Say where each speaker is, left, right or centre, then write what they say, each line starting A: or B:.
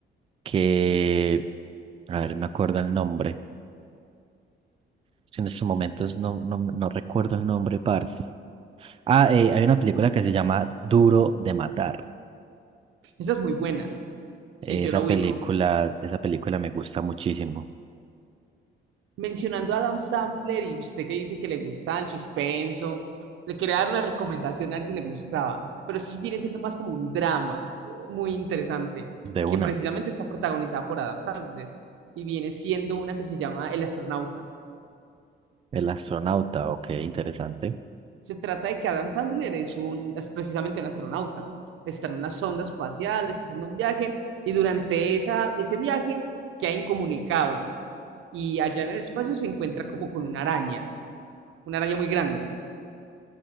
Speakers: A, on the right; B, on the right.
A: que, a ver, me acuerdo el nombre, Es que en estos momentos no, no, no recuerdo el nombre, parce. Ah, eh, hay una película que se llama Duro de Matar.
B: Esa es muy buena. Sí,
A: Esa
B: yo la ubico.
A: película, esa película me gusta muchísimo.
B: mencionando a Adam Sandler y usted que dice que le gusta el suspenso, le quería dar una recomendación a ver si le gustaba, pero esto viene siendo más como un drama eh, muy interesante,
A: De
B: que
A: una,
B: precisamente está protagonizada por Adam Sandler y viene siendo una que se llama El astronauta.
A: El astronauta, ok, interesante,
B: Se trata de que Adam Sandler es un, es precisamente un astronauta, está en una sonda espacial, está haciendo un viaje y durante esa, ese viaje queda incomunicado y allá en el espacio se encuentra como con una araña, una araña muy grande